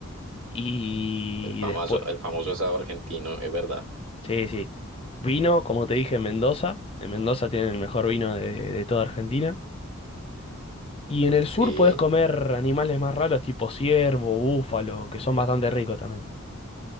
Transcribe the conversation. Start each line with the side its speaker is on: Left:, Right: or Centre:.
Left: Y
Right: el famoso,
Left: después,
Right: el famoso asado argentino, es verdad.
Left: Sí, sí. Vino, como te dije, en Mendoza. En Mendoza tienen el mejor vino de, de toda Argentina. Y en el sur
Right: Sí.
Left: podés comer animales más raros, tipo ciervo, búfalo, que son bastante ricos también.